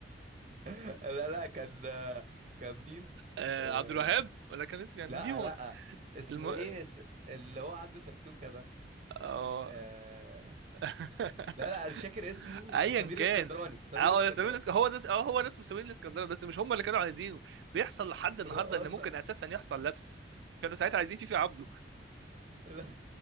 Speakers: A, on the right; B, on the right.
A: <laughs> لا لا كان كان مين
B: آه
A: آه...
B: عبد الوهاب ولا كان اسمه يعني
A: لا
B: نجيبه
A: لا اسمه
B: الم...
A: ايه س- اللي هو عنده سكسوكة ده
B: اه
A: آه...
B: <laughs>
A: لا لا انا مش فاكر اسمه
B: ايا
A: بس سمير
B: كان
A: الاسكندراني سمير
B: اه
A: الاسكندراني
B: ياسمين الاسك- هو ناس اه هو ناس مسؤولين الاسكندريه بس مش هم اللي كانوا عايزينه بيحصل لحد
A: والرقاصه
B: النهارده ان ممكن اساسا يحصل لبس كانوا ساعتها عايزين فيفي عبده
A: ال-